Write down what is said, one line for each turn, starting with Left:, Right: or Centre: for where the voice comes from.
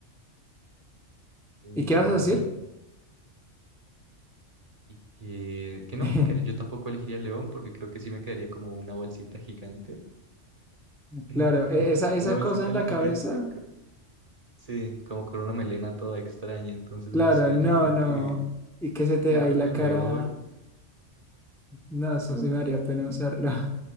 Centre: <laughs>
Right: Y,
Centre: ¿Y qué vas a decir?
Right: y que, que no,
Centre: <laughs>
Right: que yo tampoco elegiría el león porque creo que sí me quedaría como una bolsita gigante. <laughs>
Centre: Claro, e- esa, esa
Right: Una bolsita
Centre: cosa en
Right: en
Centre: la
Right: la gigante.
Centre: cabeza
Right: co- Sí, como con una melena toda extraña. Entonces,
Centre: Claro,
Right: no sé,
Centre: no,
Right: yo creo
Centre: no.
Right: que,
Centre: Y que se te
Right: yo
Centre: ahí
Right: creo
Centre: la
Right: que el
Centre: cara.
Right: león.
Centre: No, eso sí me haría pena usarlo.